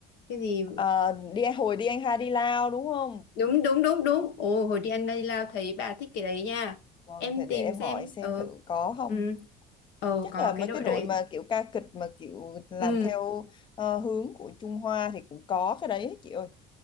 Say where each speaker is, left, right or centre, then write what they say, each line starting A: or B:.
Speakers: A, on the left; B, on the left.
A: Cái gì
B: Ờ, đi hồi đi anh hai đi Lao đúng không
A: đúng đúng đúng đúng. Ồ hồi đi ăn đây lao thấy bà thích cái đấy nha.
B: Vâng,
A: Em
B: thì
A: tìm
B: để em
A: xem.
B: hỏi xem
A: Ờ
B: thử có không.
A: ừ. Ờ
B: Chắc
A: có
B: là mấy
A: cái đội
B: cái đội
A: đấy.
B: mà kiểu ca kịch mà kiểu làm
A: Ừ.
B: theo ờ, hướng của Trung Hoa thì cũng có cái đấy chị ơi.